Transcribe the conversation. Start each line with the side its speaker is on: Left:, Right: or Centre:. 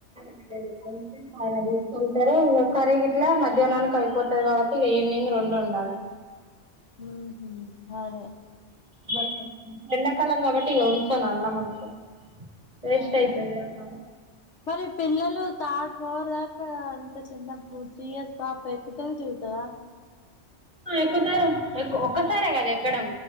Right: దు అయి ఆయన తీసుకెళ్తారు ఇక కరీగిట్లా మధ్యాహ్నానికి అయిపోతది కాబట్టి ఇక ఈవినింగ్ రెండు ఉండాలి
Left: మ్మ్ హూ సరే
Right: వ ఎండాకాలం కాబట్టి ఇగా ఉంచను అన్నం ఉంచను వేస్ట్
Left: అవును
Right: అయితది అన్నం
Left: మరి పిల్లలు థర్డ్ ఫ్లోర్ దాకా అంత చిన్న బ త్రీ ఇయర్స్ పాప ఎక్కుతది దిగుతాదా
Right: ఎక్కుతారు ఎక్ ఒక్కసారే కదా ఎక్కడం